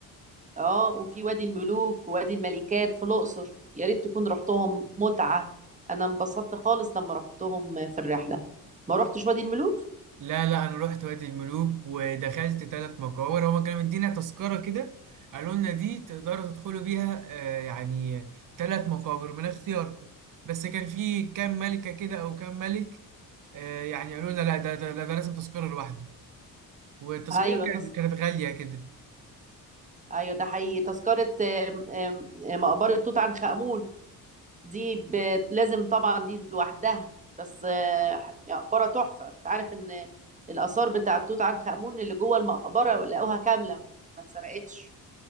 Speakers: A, on the right; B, on the right.
A: اه وفي وادي الملوك ووادي الملكات في الاقصر يا ريت تكون رحتهم متعه انا انبسطت خالص لما رحتهم في الرحله ما رحتش وادي الملوك
B: لا لا انا رحت وادي الملوك ودخلت ثلاث مقابر هما كانوا مدينا تذكره كده قالوا لنا دي تقدروا تدخلوا بيها آه، يعني ثلاث مقابر من اختياركم بس كان في كام ملكه كده او كام ملك آه، يعني قالوا لنا لا ده ده, ده, ده لازم تذكره لوحده والتذكره
A: ايوه
B: كانت
A: تس...
B: كانت غاليه كده
A: ايوه ده حقيقي تذكره آم، آم، آم، مقبره توت عنخ امون دي بت... لازم طبعا دي لوحدها بس آه، مقبرة تحفة انت عارف ان الآثار بتاعة توت عنخ آمون اللي جوه المقبرة لقوها كاملة ما اتسرقتش